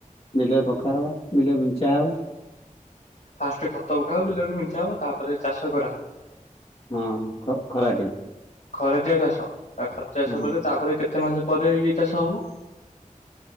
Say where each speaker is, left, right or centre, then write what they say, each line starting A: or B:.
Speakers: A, on the left (about 45°); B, on the left (about 70°).
A: ବିଲରେ ପକା ହବ ବିଲ ବିଞ୍ଚା ହବ।
B: ଫାଷ୍ଟ ଖତ ପକା ହବ ବିଲରେ ବିଞ୍ଚା ହବ ତାପରେ ଚାଷ କରାହବ।
A: ହଁ ଖ-ଖରାଟିଆ
B: ଖରାଟିଆ ଚାଷ ବା ଖରା ଚାଷ
A: ହଁ
B: ପରେ ତାପରେ କେତେ ମାସ ପରେ ଇଏ ଚାଷ ହବ?